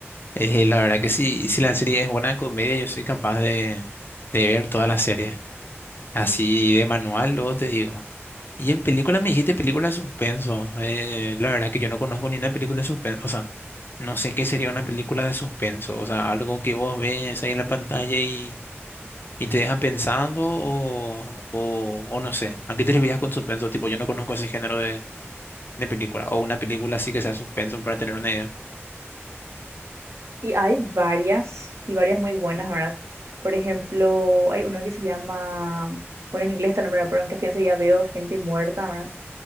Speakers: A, on the left; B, on the right.
A: Eh, la verdad que sí, si la serie es buena de comedia, yo soy capaz de, de ver toda la serie. Así de manual, luego te digo. Y en películas me dijiste película de suspenso. Eh, la verdad que yo no conozco ni una película de suspenso. O sea, no sé qué sería una película de suspenso. O sea, algo que vos ves ahí en la pantalla y, y te deja pensando o, o, o no sé. ¿A qué te referías con suspenso? Tipo, yo no conozco ese género de, de película. O una película así que sea suspenso para tener una idea.
B: Y hay varias, y varias muy buenas, ¿verdad? Por ejemplo, hay uno que se llama, bueno, en inglés está el nombre, pero en castellano sería Veo gente muerta, ¿verdad?